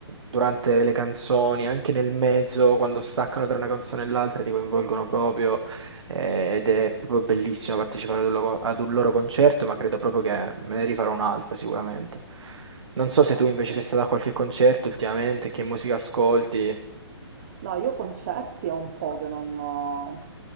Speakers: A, on the right; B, on the right.
A: durante le canzoni, anche nel mezzo, quando staccano tra una canzone e l'altra, ti coinvolgono proprio eh, ed è proprio bellissimo partecipare ad un, lo- ad un loro concerto, ma credo proprio che me ne rifarò un altro sicuramente. Non so se
B: Ah,
A: tu
B: ok.
A: invece sei stato a qualche concerto ultimamente, che musica ascolti.
B: No, io concerti è un po' che non,